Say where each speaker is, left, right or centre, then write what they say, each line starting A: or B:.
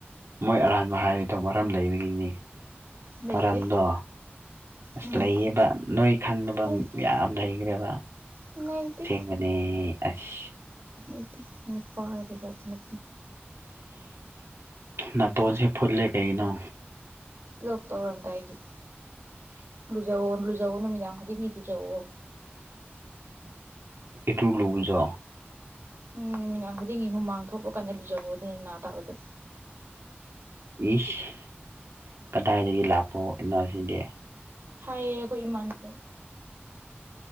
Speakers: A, on the right; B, on the right.
A: ꯃꯣꯏ ꯑꯔꯥꯟꯕ ꯍꯥꯏꯔꯤꯗꯣ ꯃꯔꯝ ꯂꯩꯕꯒꯤꯅꯤ
B: ꯂꯩꯇꯦ
A: ꯃꯔꯝꯗꯣ ꯑꯁ
B: ꯎꯝ
A: ꯂꯩꯌꯦꯕ ꯅꯣꯏ ꯈꯪꯅꯕ
B: ꯂꯩꯇꯦ
A: ꯌꯥꯝ ꯂꯩꯈ꯭ꯔꯦꯕ
B: ꯂꯩꯇꯦ
A: ꯁꯦꯡꯕꯅꯤ ꯑꯁ
B: ꯑꯩ ꯄꯔꯕꯖ ꯊ
A: ꯅꯥꯇꯣꯟꯁꯦ ꯐꯨꯠꯂꯦ ꯀꯩꯒꯤꯅꯣ
B: ꯂ ꯇꯧꯔꯝꯗꯥꯏꯒꯤ ꯂꯨꯖꯧ ꯂꯨꯖꯧ ꯅꯨꯃꯤꯗꯥꯡ ꯈꯨꯗꯤꯡꯒꯤ ꯂꯨꯖꯋ
A: ꯇ ꯂꯣꯕꯖꯣ
B: ꯎꯝ ꯅꯨꯃꯤꯗꯥꯡ ꯈꯨꯗꯤꯡꯒꯤ ꯍꯨꯝ ꯃꯃꯥꯡ ꯊꯣꯛꯄ ꯀꯥꯟꯗꯨꯖꯧ ꯑꯗꯨꯅ ꯅꯥ ꯇꯥꯕꯗꯣ
A: ꯏꯁ ꯀꯗꯥꯏꯗꯒꯤ ꯂꯥꯛꯄ ꯏꯅꯎꯁꯤꯗꯤ
B: ꯍꯥꯏꯌꯦ ꯑꯩꯈꯣꯏ ꯏꯃꯥꯟꯗꯣ